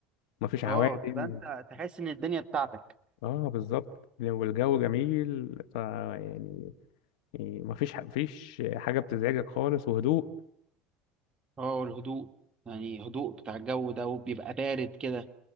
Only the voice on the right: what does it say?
اه تبقى انت تحس ان الدنيا بتاعتك
اه والهدوء يعني هدوء بتاع الجو ده وبيبقى بارد كده